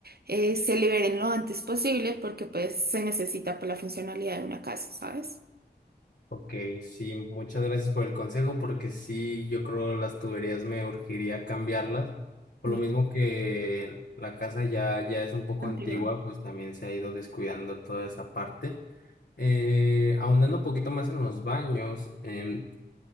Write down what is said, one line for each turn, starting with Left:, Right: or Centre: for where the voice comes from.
Right: eh, se liberen lo antes posible porque pues se necesita por la funcionalidad de una casa, ¿sabes?
Left: Ok, sí, muchas gracias por el consejo, porque sí, yo creo las tuberías me urgiría cambiarlas. Por
Right: Mm.
Left: lo mismo que la casa ya, ya es un poco
Right: Amplio.
Left: antigua, pues también se ha ido descuidando toda esa parte. Eh, ahondando un poquito más en los baños, em,